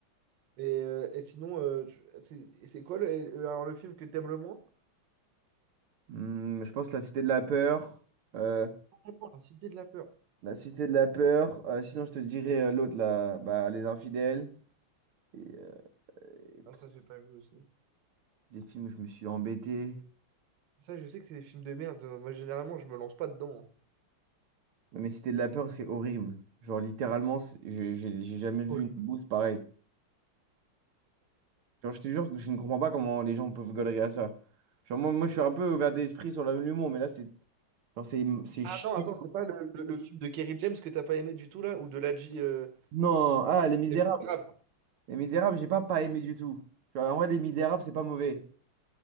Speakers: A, on the right (about 60°); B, on the right (about 85°).
A: Et, euh, et sinon, euh, tu- c'est et c'est quoi le, euh, alors, le film que t'aimes le moins?
B: Hmm, je pense que La Cité de la Peur. euh,
A: Vraiment, La Cité de la Peur.
B: La Cité de la Peur. euh, sinon, je te dirais euh, l'autre, là, bah, Les Infidèles. Et, euh, et pff,
A: Ah, ça, j'ai pas vu aussi.
B: des films où je me suis embêté.
A: Ça, je sais que c'est des films de merde. euh, Moi, généralement, je me lance pas dedans. hein.
B: Non, mais Cité de la Peur, c'est horrible. Genre, littéralement, c'est- j'ai j'ai- j'ai jamais vu
A: Horrible.
B: une bouse pareille. Genre, je te jure que je ne comprends pas comment les gens peuvent galérer à ça. Genre, moi, moi je suis un peu ouvert d'esprit sur la- l'humour, mais là, c'est genre, c'est c'est
A: Ah
B: chiant.
A: non, attends, c'est pas le, le- le film de Kerry James que t'as pas aimé du tout, là? Ou de la G... euh,
B: Non, ah, Les Misérables.
A: Les Misérables.
B: Les Misérables, j'ai pas pas aimé du tout. Genre, en vrai, Les Misérables, c'est pas mauvais.